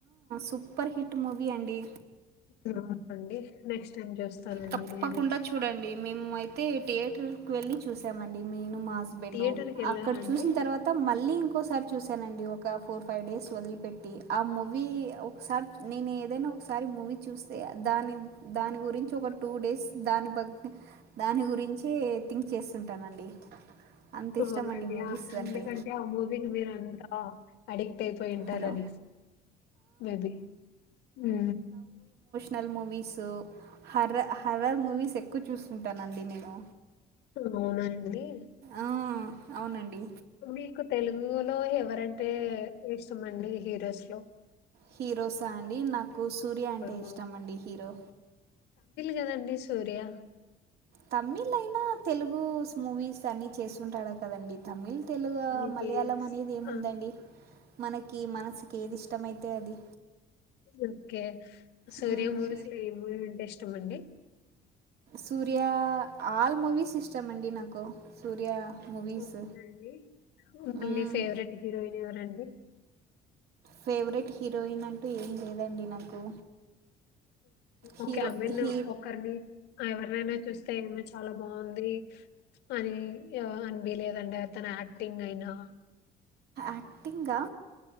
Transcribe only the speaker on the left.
అవునండి నెక్స్ట్ టైమ్ చూస్తానండి
నేను
థియేటర్‌కెళ్లారా
అండి?
అవునండి
ఎందుకంటే
అ మూవీ ని మీరంతా అడే ట్ అపోయింటారని
మేబి హు
అవునండి
మీకు తెలుగులో వరంటే ఈస్ట్ మండి హీరోస్ లో
ఎవరి
కదండి సూర్య
మీకి
స్
ఆ!
ఓకే సూర్యా
మూవీస్లో ఏ మూవి అంటే ఇష్టం ఇష్టమండి
అవునండి మళ్ళీ
ఫేవరెట్ హీరోయిన్ ఎవరండి
okay I mean
ఒకరిని ఎవరినైనా చూస్ తే ఈమె చాలా బాగుంది అని అనిపియలేదా అతని యాక్టింగ్ అయినా